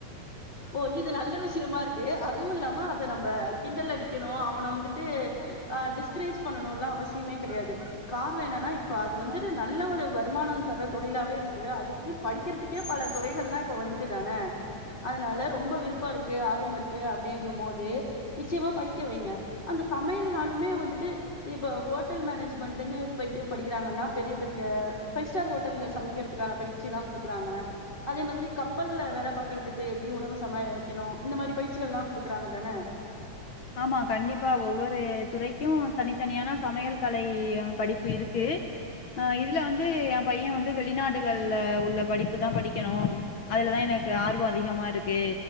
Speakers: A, on the left; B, on the left.
A: ஓ இது நல்ல விஷயமா இருக்கு அதுவு இல்லாம அத நம்ம கிண்டல் அடிக்கணு அவன வந்துட்டு ஆ டிஸ்கரேஜ் பண்ணணு எல்லா அவசியமே கிடையாது காரண என்னன்னா இப்ப அது வந்துட்டு நல்ல ஒரு வருமான தர தொழிலாவே இருக்கு அது படிக்கிறதுக்கே பல துறைகள்ல்லா இப்ப வந்துட்டு தானே அதனால ரொம்ப
B: ஆ
A: விருப்ப இருக்கு ஆர்வ இரு க்கு அப்டிங்கு போது நிச்சயமா படிக்க வைங்க அந்த சமையல்னாலுமே வந்துட்டு இப்போ ஹோட்டல் மேனேஜ்மெண்ட்ன்னு போயிட்டு படிக்கிறாங்கன்னா பெரிய பெரிய ஃபைவ் ஸ்டார் ஹோட்டல் சமைக்கிறதுக்கு ஆனா பயிற் ச்சி எல்லா கொடுக்குறாங்க அதே மாதிரி கப்பல வேல பாக்கற துக்கு எப்டி உணவு சமைக்கனு இந்த மாரி பயிற்சிகள் எல்லா கொடுக்குறாங்க தான
B: ஆமா கண்டிப்பா ஒவ்வொரு துறைக்கு தனித்தனியான சமையல் கலை படிப்பு இருக்கு ஆ இதுல வந்து எ பைய வந்து வெளிநாடுகள்ல உள்ள படிப்பு தா படிக்கணு அதுலதா எனக்கு ஆர்வம் அதிகமா இருக்கு